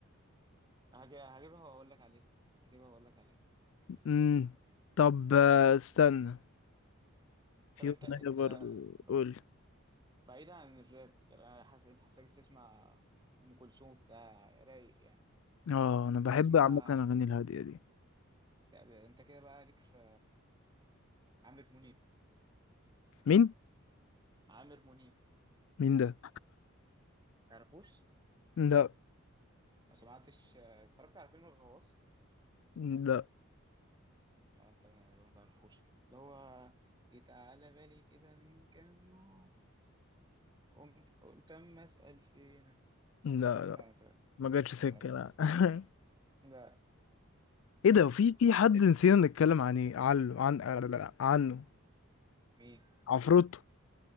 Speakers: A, on the right; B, on the left.
A: هج- هجيبها واقول لك عليه هجيبها واقول لك عليه
B: امم طب آه، استنى في
A: طب انت
B: اغنية
A: انت
B: برضو
A: ب-
B: قول
A: بعيدا عن الراب طب انا حاسس انت حاسسك بتسمع ام كلثوم بتاع رايق يعني
B: اه انا بحب
A: تسمع
B: عامة الاغاني الهادية دي
A: طب انت كده بقى ليك في عامر منيب
B: مين
A: عامر منيب
B: مين ده
A: تعرفوش
B: لا
A: ما سمعتش اه، اتفرجت على فيلم الغواص
B: لا
A: اه انت ما ما تعرفوش كده اللي هو جيت على بالي كده من كام يوم قمت قلت اما اسال فينك
B: لا لا
A: اه ما تعرفوش
B: ما جاتش
A: ما
B: سكة
A: تعرفوش.
B: لا <laughs>
A: لا
B: ايه ده في في حد نسينا نتكلم عن ايه؟ عنه عن عنه
A: مين
B: عفروتو